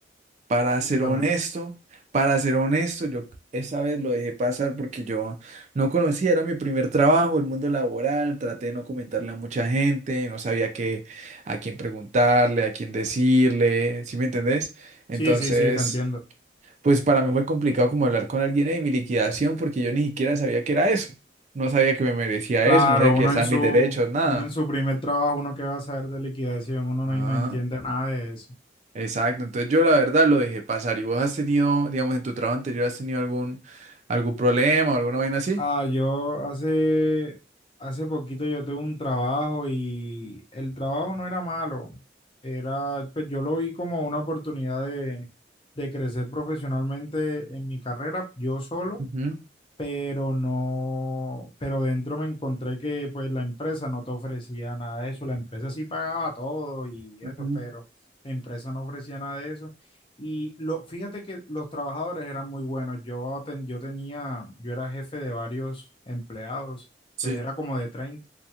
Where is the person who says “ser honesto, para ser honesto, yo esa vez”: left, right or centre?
Right